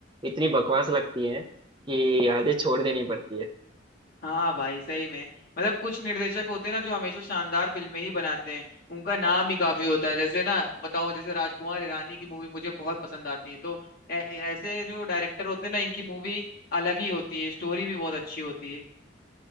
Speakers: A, on the right (about 25°); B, on the left (about 50°).
A: इतनी बकवास लगती है कि आधे छोड़ देनी पड़ती है
B: हाँ भाई सही में मतलब कुछ निर्देशक होते हैं ना जो हमेशा शानदार फिल्में ही बनाते हैं उनका नाम ही काफी होता है जैसे ना बताओ जैसे राजकुमार ईरानी की मूवी मुझे बहुत पसंद आती है तो ऐ- ऐ- ऐसे जो डायरेक्टर होते हैं ना इनकी मूवी अलग ही होती है स्टोरी भी बहुत अच्छी होती है